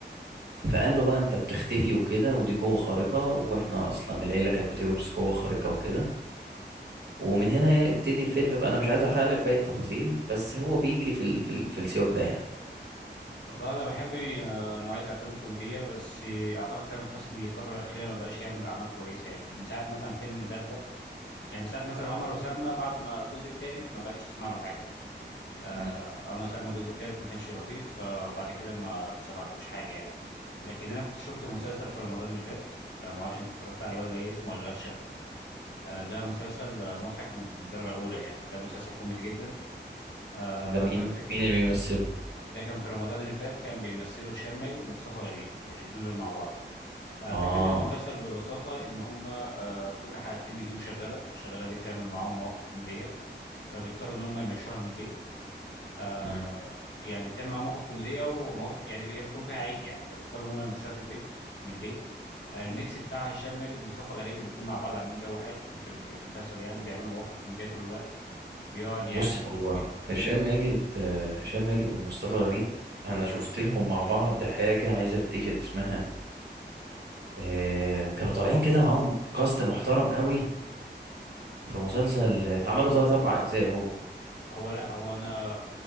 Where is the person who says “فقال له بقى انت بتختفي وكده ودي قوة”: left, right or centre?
Right